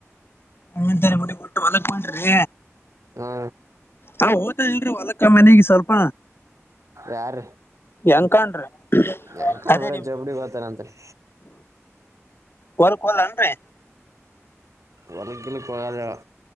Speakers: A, on the left (about 50°); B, on the right (about 80°).
A: ಹಂಗಂತಾರೆ ಬಿಡಿ ಕೊಟ್ಟು ಹೊಲಕ್ ಮಾಡ್ರಿ
B: ಹ್ಞೂ
A: ಹಾ ಹೋತಾ ಇಲ್ರರಿ ಹೊಲಕ್ಕ ಮನೆಗೆ ಸ್ವಲ್ಪ
B: ಯಾರ
A: ಯಂಕಣ್ರಿ
B: ಯಕ
A: ಅದೇ
B: ಬರ ಜಬಡಿ ಬತಾರ ಅಂತರಿ
A: ಹೊಲ್ಕ್ ಹೋಗಲೇಂರಿ
B: ವಾಲಕ ಗಿಲಕ್ ಹೋಗಲ್ಲ ಅವ